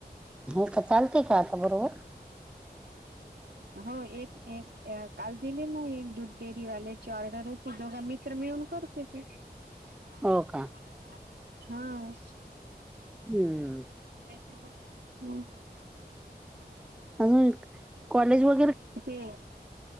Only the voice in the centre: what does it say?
हो का चालते का आता बरोबर
हो का
हम्म,
अजून कॉलेज व